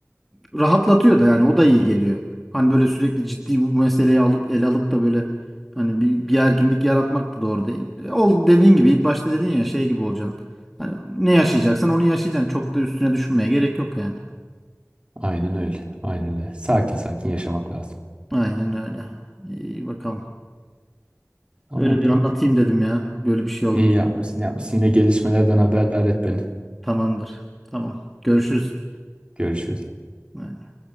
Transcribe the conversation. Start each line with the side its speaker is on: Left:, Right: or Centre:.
Centre: Rahatlatıyor da yani o da iyi geliyor. Hani böyle sürekli ciddi bu meseleyi alıp ele alıp da böyle hani bir bir gerginlik yaratmak da doğru değil. E, Ol dediğin gibi ilk başta dedin ya şey gibi olacaksın. Hani ne yaşayacaksan onu yaşayacaksın. Çok da üstüne düşünmeye gerek yok yani.
Right: Aynen öyle. Aynen öyle. Sakin sakin yaşamak lazım.
Centre: Aynen öyle. İyi bakalım.
Right: Tamamdır
Centre: Öyle bir anlatayım
Right: öyle.
Centre: dedim ya. Böyle bir şey olunca.
Right: İyi yapmışsın yapmışsın. Yine gelişmelerden haberdar et beni.
Centre: Tamamdır. Tamam. Görüşürüz.
Right: Görüşürüz.
Centre: Aynen.